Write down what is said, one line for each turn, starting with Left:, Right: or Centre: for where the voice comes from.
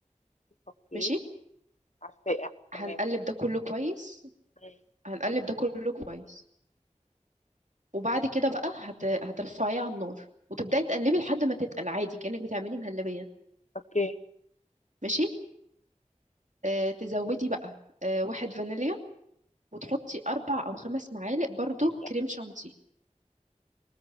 Left: أوكي
Right: ماشي
Left: عالساقع
Right: هنقلب
Left: تمام
Right: ده كله كويس
Left: مم.
Right: هنقلب ده كله كويس وبعد كده بقى هت... هترفعيه على النار وتبداي تقلبي لحد ما تتقل عادي كأنك بتعملي مهلبية
Left: أوكي
Right: ماشي آه تزودي بقى آه واحد فانيليا وتحطي اربع او خمس معالق برضو
Left: مم.
Right: كريم شانتيه